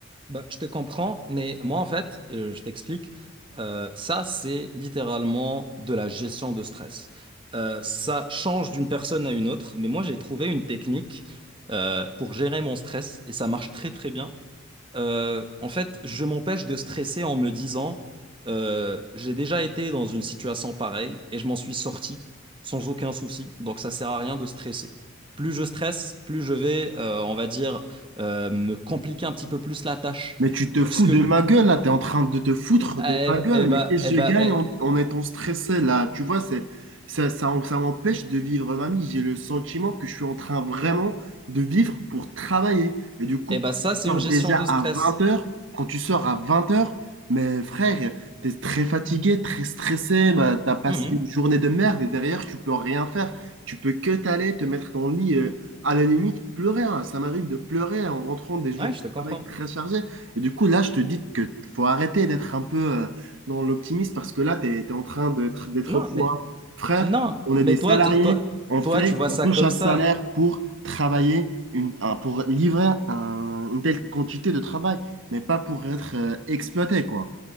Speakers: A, on the right; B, on the right.
A: bah, je te comprends, mais moi en fait, euh, je t'explique, euh, ça c'est littéralement de la gestion de stress. Euh, ça change d'une personne à une autre, mais moi j'ai trouvé une technique euh, pour gérer mon stress et ça marche très très bien. Euh, en fait, je m'empêche de stresser en me disant, euh, j'ai déjà été dans une situation pareille et je m'en suis sorti sans aucun souci. Donc, ça sert à rien de stresser. Plus je stresse, plus je vais, euh, on va dire, euh, me compliquer un petit peu plus la tâche.
B: Mais tu te
A: Donc,
B: fous
A: ce que
B: de
A: je-
B: ma gueule là, t'es en train de te foutre
A: Mm, ah,
B: de
A: Eh,
B: ma gueule,
A: eh
B: mais
A: bah,
B: qu'est-ce
A: eh
B: que
A: bah,
B: je gagne
A: eh,
B: en, en étant stressé là? Tu vois, c'est, ça, ça, ça m'empêche de vivre ma vie. J'ai le sentiment que je suis en train vraiment de vivre pour travailler. Et du coup,
A: eh
B: quand
A: bah, ça,
B: tu
A: c'est
B: sors
A: une gestion
B: déjà
A: de
B: à
A: stress.
B: vingt heures, quand tu sors à vingt heures, mais frère, t'es très fatigué, très stressé, bah, t'as passé
A: Mhm.
B: une journée de merde et derrière, tu peux rien faire. Tu peux que t'aller, te mettre dans le lit, euh, à la limite, pleurer. hein. Ça m'arrive de pleurer en rentrant des jours
A: Ouais,
B: de
A: je te comprends.
B: travail très chargés. Et du coup, là, je te dis que faut arrêter d'être un peu euh, dans l'optimisme parce que là, tu es, en train d'être d'être
A: Non,
B: fou.
A: mais
B: hein. Frère,
A: non,
B: on
A: mais
B: est des
A: toi,
B: salariés,
A: t- toi,
B: on
A: toi,
B: fait,
A: tu vois
B: on
A: ça
B: touche
A: comme
B: un
A: ça.
B: salaire pour travailler, une, un- pour livrer un- une telle quantité de travail, mais pas pour être euh, exploité, quoi.